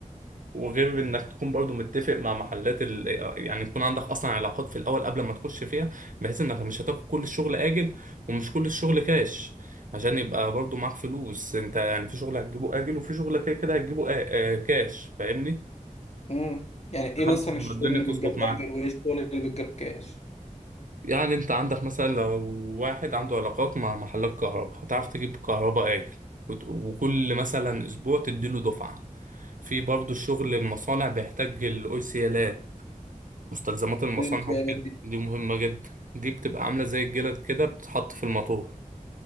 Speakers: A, on the right (about 70°); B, on the left (about 50°).
A: وغير انك تكون برضو متفق مع محلات ال... يعني يكون عندك اصلا علاقات في الاول قبل ما تخش فيها بحيث انك مش هتاخد كل الشغل اجل ومش كل الشغل كاش عشان يبقى برضو معاك فلوس انت يعني في شغل هتجيبه اجل وفي شغل كده كده هتجيبه آ... آ... كاش فاهمني
B: امم يعني ايه
A: لحد
B: مثلا
A: ما
B: الشغل
A: الدنيا
B: اللي
A: تظبط
B: بتجاب
A: معاك
B: اجل وايه الشغل اللي بتجاب كاش
A: يعني انت عندك مثلا لو واحد عنده علاقات مع محلات كهرباء هتعرف تجيب كهرباء اجل وت- وكل مثلا اسبوع تديله دفعة في برضه الشغل المصانع بيحتاج الاوسيالات مستلزمات المصانع
B: ايه الخيارات
A: وكده
B: دي
A: دي مهمة جدا دي بتبقى عاملة زي الجلد كده بتتحط في الموتور